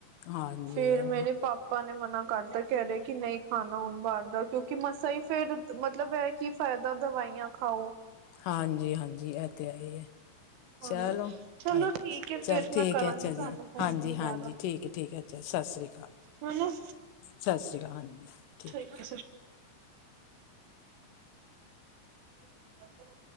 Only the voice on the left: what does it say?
ਹਾਂਜੀ
ਉਹੀ
ਹਾਂਜੀ ਹਾਂਜੀ ਏ ਤੇ ਹੈਹੀ ਹੈ।
ਚਲੋ
ਅੱ,
ਚੱਲ
ਠੀਕ
ਹੈ। ਅੱਛਾ
ਜੀ
ਹਾਂਜੀ
ਹਾਂਜੀ। ਠੀਕ ਹੈ, ਠੀਕ ਹੈ, ਅੱਛਾ। ਸਤਿ ਸ਼੍ਰੀ ਅਕਾਲ
ਸਤਿ ਸ਼੍ਰੀ ਅਕਾਲ ਹਾਂਜੀ
ਹੈ।